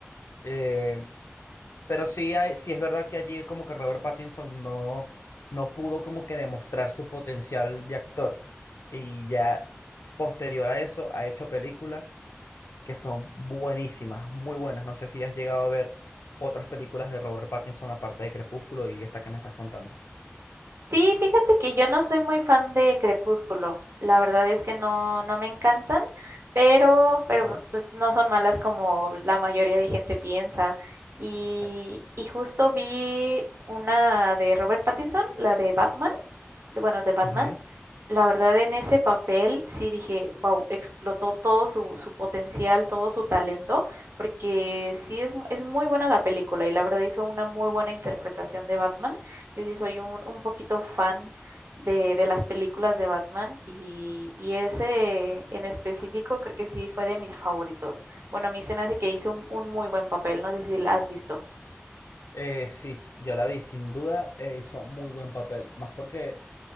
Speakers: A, on the left; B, on the right.
A: Eh, pero sí, hay, sí es verdad que allí como que Robert Pattinson no, no pudo como que demostrar su potencial de actor. Y ya posterior a eso ha hecho películas. que son buenísimas, muy buenas. No sé si has llegado a ver otras películas de Robert Pattinson aparte de Crepúsculo y esta que me estás contando.
B: sí, fíjate que yo no soy muy fan de Crepúsculo, la verdad es que no, no me encantan, pero, pero
A: Ok.
B: pues no son malas como la mayoría de gente piensa. Y,
A: Exacto.
B: y justo vi una de Robert Pattinson, la de Batman, de- bueno, de Batman.
A: Ujú.
B: La verdad, en ese papel sí dije, wow, explotó todo su, su potencial, todo su talento, porque sí es, es muy buena la película y la verdad hizo una muy buena interpretación de Batman. Yo sí soy un, un poquito fan de, de las películas de Batman y, y ese en específico creo que sí fue de mis favoritos. Bueno, a mí se me hace que hizo un, un muy buen papel, no sé si la has visto.
A: Eh, sí, yo la vi, sin duda eh, hizo muy buen papel, más porque